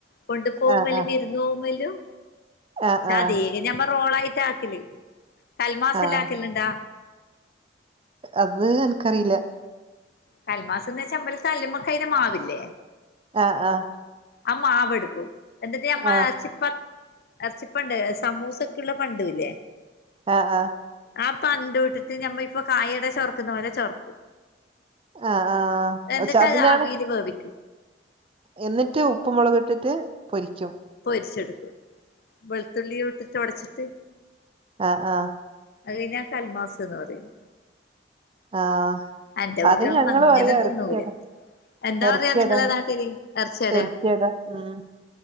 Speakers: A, on the left; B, on the right.
A: കൊണ്ടു പോകുമ്പലും
B: ആഹ്
A: വിര്ന്ന് പോകുമ്പലും.
B: ആഹ്
A: സാതി
B: ആഹ്
A: നമ്മള് റോളായിട്ട് ആക്കില് കൽമാസില്
B: ആഹ്
A: ആക്കിലിണ്ടാ
B: അത് അൻക്കറിയില്ല.
A: കൽമാസംന്ന് വെച്ചാ കല്ലുമ്മക്കാ അയിന് മാവില്ലേ
B: ആഹ് ആഹ്
A: അമ്മ ആവ് എടുക്കും എന്നിട്ട് അമ്മ
B: ആഹ്
A: എറച്ചി പ ഇറച്ചിപ്പണ്ട് സമൂസൊക്കുള്ള ഭണ്ടൂല്ലേ
B: ആഹ് ആഹ്.
A: ആ പണ്ട് വിട്ടിട്ട് നമ്മൾ ഇപ്പൊ കായടെ ചൊറക്കുന്ന പോലെ ചൊർക്കും
B: ആഹ് ആഹ്
A: എന്നിട്ട്
B: പക്ഷെ അതിനാണ്
A: അത് ആവിയല് വേവിക്കൂ
B: എന്നിട്ട് ഉപ്പു മുളക് ഇട്ടിട്ട് പൊരിക്ക്യും.
A: പൊരിച്ചെടുക്കും വെളുത്തുള്ളി ഇട്ടിട്ട് ഒടച്ചിട്ട്
B: ആഹ് ആഹ്
A: അതിനെ കൽമാസു എന്ന് പറയും
B: ആഹ്
A: അന്റെ കുട്ടികളൊന്നും
B: അത് ഞങ്ങള്
A: അങ്ങനെ
B: പറയാ
A: തിന്നൂല
B: എറച്ചിയട
A: എന്താ
B: എറച്ചിയട
A: പറയാ നിങ്ങളെ നാട്ടില് എറച്ചിയെടെ
B: എറച്ചിയട ഉം